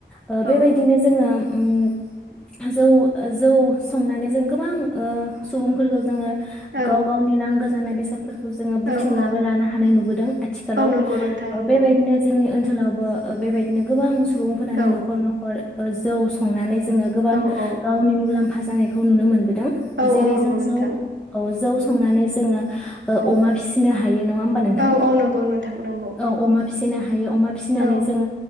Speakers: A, in the centre; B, on the right.
A: ओ
B: औ
A: बेबायदिनो जोङो उम जौ ओ जौ संनानै जों गोबां ओ सुबुंफोरखौ जोङो
B: औ
A: गाव गावनि नांगो जानाय बेसादफोर खौ जोङो बुथुमनाबो
B: औ औ
A: लानो हानाय नुबोदों आथिखालाव
B: औ नंगौ नोंथां
A: ओ
B: नंगौ
A: बेबायदिनो जोंनि ओनसो सोलावबो ओ बेबायदिनो गोबां सुबुंफोरानो
B: औ
A: नखर नखर ओ जौ संनानै जोङो गोबां
B: औ औ
A: गावनि मुलाम फा जानायखौ नुनो मोनबो दों
B: औ
A: जेरै
B: औ नंगौ
A: जौ
B: नोंथां
A: जौ संनानै जोङो
B: औ
A: ओ अमा फिसिनो हायो नङा होमबा नोंथां
B: औ औ नंगौ नोंथां नंगौ
A: औ अमा फिसिना हायो अमा फिसिनानै
B: औ
A: जोङो